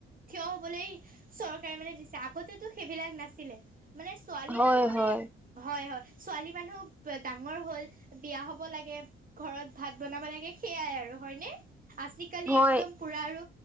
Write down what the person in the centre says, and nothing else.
হয়
হয়
হয়